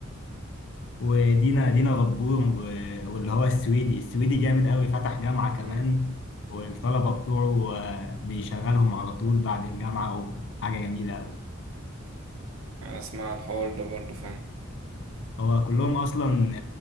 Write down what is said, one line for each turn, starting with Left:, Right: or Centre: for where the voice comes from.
Left: ودينا دينا غبور و- واللي هو السويدي السويدي جامد قوي فتح جامعة
Right: مم.
Left: كمان والطلبة بتوعه آه، بيشغلهم على طول بعد الجامعة وحاجة جميلة قوي
Right: أنا أسمع الحوار ده برضه فاهم
Left: هو كلهم أصلا